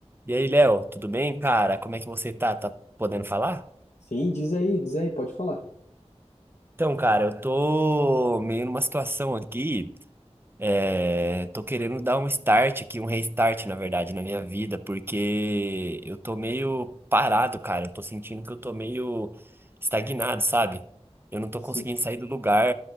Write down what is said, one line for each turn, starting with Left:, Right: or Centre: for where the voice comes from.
Right: E aí, Léo, tudo bem, cara? Como é que você tá? Tá podendo falar?
Left: Sim, diz aí, diz aí, pode falar.
Right: Então, cara, eu tô meio numa situação aqui, é, tô querendo dar um start aqui, um restart, na verdade, na minha vida, porque eu tô meio parado, cara. Eu tô sentindo que eu tô meio estagnado, sabe? Eu não tô
Left: Sim,
Right: conseguindo sair do lugar,